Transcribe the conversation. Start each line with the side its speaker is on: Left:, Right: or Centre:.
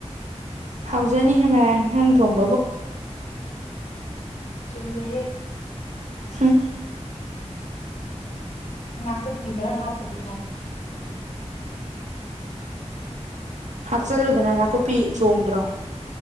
Right: ꯍꯥꯎꯖꯅꯤ ꯍꯦꯃꯔꯥ ꯅꯪ ꯊꯣꯡꯕꯕꯨ
Left: ꯆꯨꯝꯃꯦ
Right: ꯍ
Left: ꯉꯅꯥ ꯀꯄꯤꯤꯒ ꯍꯥꯥꯛꯄꯗꯤ
Right: ꯍꯥꯞꯆꯤꯜꯂꯨꯗꯅ ꯅꯥꯀꯨꯞꯄꯤ ꯆꯣꯡꯗ꯭ꯔꯣ